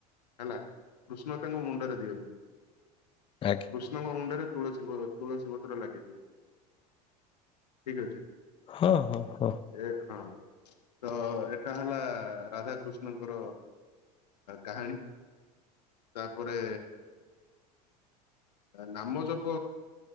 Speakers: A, on the left; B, on the left.
A: ହେଲା କୃଷ୍ଣ ତାଙ୍କୁ ମୁଣ୍ଡରେ ଦିଅନ୍ତି।
B: ଆଜ୍ଞା।
A: କୃଷ୍ଣଙ୍କ ମୁଣ୍ଡରେ ତୁଳସୀ ତୁଳସୀ ପତ୍ର ଲାଗିଦିଏ। ଠିକ୍ ଅଛି।
B: ହଁ ହଁ ହଁ।
A: ଏ ହଁ। ତ ଏଟା ହେଲା ରାଧାକୃଷ୍ଣଙ୍କର କାହାଣୀ। ତାପରେ ନାମଜପ